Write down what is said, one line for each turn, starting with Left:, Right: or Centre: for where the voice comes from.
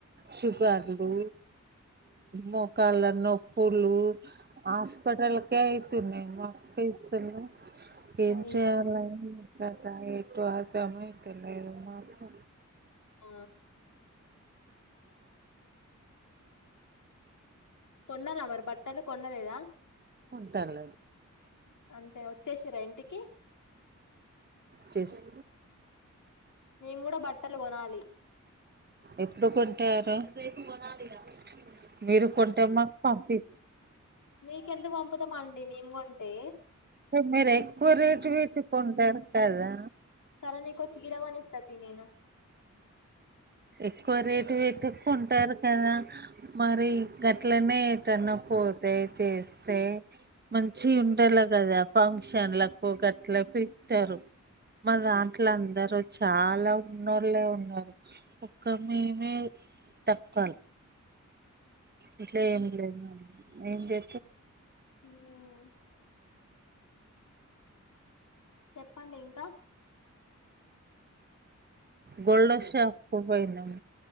Right: షుగర్లు మోకాళ్ళ నొప్ పులు హాస్పిటల్కే అయ్తున్నాయి మాక్ పైసలు ఏం
Left: అయ్యో
Right: చేయలో కథ ఏ <unintelligible> అర్థమైత లేదు నాకు
Left: హ కొన్నారా మరి బట్టలు కొన్ లేదా
Right: కొంటారు
Left: అంతే వచ్చేసిన్రా ఇంటికి
Right: చేసి
Left: మేము కూడా బట్టలు కొనాలి
Right: ఎప్పుడు కొంటారు రేపు కొనాలి ఇగ మీరు కొంటే మాకు పంపి
Left: మీకెందుకు పంపుతామండి మేము కొంటే
Right: మీరు ఎక్కువ రేటు పెట్టీ కొంటారు కదా
Left: సరే నీకో చీర కొనిత్త తీ నేను
Right: ఎక్కువ రేటు పెట్టుకుం సర్ కదా మరి గట్లనే తన్పో దయచేసి సే మంచియి ఉండాలె కదా ఫం చెన్లక్ పాకెట్ పెట్టారు మా దాంట్ల అందరూ చాలా ఉన్నోళ్లే ఉన్నారు ఒక్క మేమే తక్కువల్ ఇంట్లో ఏమి లేదు మరి ఏం చే
Left: మియావ్ చెప్పండి ఇంకా
Right: గోల్డ్ షాప్కు పోయినమ్